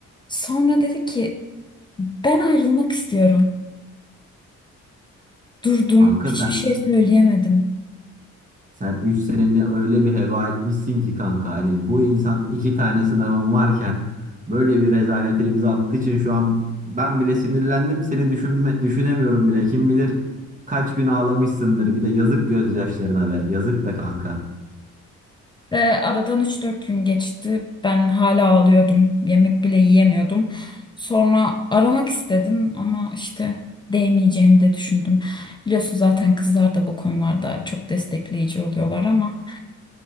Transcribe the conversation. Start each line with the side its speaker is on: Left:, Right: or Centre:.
Left: Sonra dedi ki ben ayrılmak istiyorum. Durdum,
Right: kanka
Left: hiçbir
Right: sen
Left: şey söyleyemedim.
Right: Sen 3 seneni öyle bir heba etmişsin ki kanka hani bu insan iki tane sınavım varken böyle bir rezalete imza attığı için şu an ben bile sinirlendim seni düşünme, düşünemiyorum bile kim bilir kaç gün ağlamışsındır bir de yazık gözyaşlarına be yazık be kanka.
Left: Ve aradan üç dört gün geçti. Ben hala ağlıyordum. Yemek bile yiyemiyordum. Sonra aramak istedim ama işte değmeyeceğini de düşündüm. Biliyorsun zaten kızlar da bu konularda çok destekleyici oluyorlar ama